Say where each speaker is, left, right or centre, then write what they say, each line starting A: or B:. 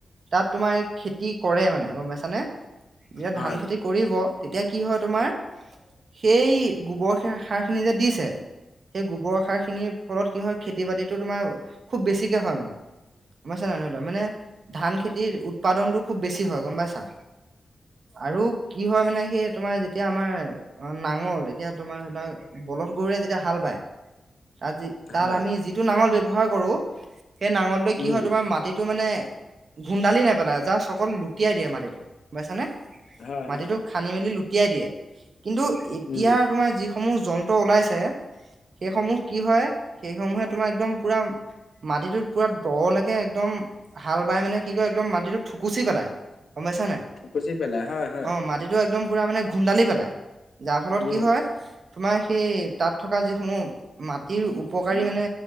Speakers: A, on the right (about 55°); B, on the left (about 75°).
A: তাত তোমাৰ খেতি কৰে মানে গম পাইছানে। যেতিয়া
B: হয়,
A: ধান খেতি কৰিব তেতিয়া কি হয় তোমাৰ সেই গোবৰ সাৰ খিনি যে দিছে সেই গোবৰ সাৰিনি খিনিৰ ফলত কি হয় খেতি বাতিতটো তোমাৰ খুব বেছিকে হয় মানে মছা নাই নৰি লোৱা মানে ধান খেতিৰ উৎপাদনতটো খুব বেছি হয় গম পাইছা, আৰু কি হয় মানে সেই তোমাৰ যেতিয়া আমাৰ অ নাঙল এতিয়া তোমাৰ ধৰি লৰা বলধ গৰুৰে যেতিয়া হাল বায় তাত যি তাত
B: হয়,
A: আমি যিটো নাঙল ব্যৱহাৰ কৰো সেই নাঙলটোে
B: উম,
A: কি হয় তোমাৰ মাটিত এইটো মানে ভুন্দালি নেপেলাই যাৰ চকল লুটিয়াই দিয়ে মাটিতটো বুজাইছানে।
B: হয়,
A: মাটিিতটো
B: হয়,
A: খান্দি মেলি লুটিয়াই দিয়ে। কিন্তু এতিয়া
B: উম,
A: তোমাৰ যি যি সমূহ যন্ত্ৰ উলাইছে সেইসমূহ কি হয় সেইসমূহে তোমাৰ একদম পুৰা মাটিটোত পুৰা দলৈকে একদম হাল বাই মানে কি কয় একদম মাটিটো খুকুচি পেলাই গমাইছানে
B: খুচি পেলাই হয়, হয়,
A: অ মাটিটো একদম পুৰা মানে খুন্দালি পেলাই। যাৰ ফলত
B: উম,
A: কি হয়। তোমাৰ সেই তাত থকা যিসমূহ মাটিৰ উপকাৰী মানে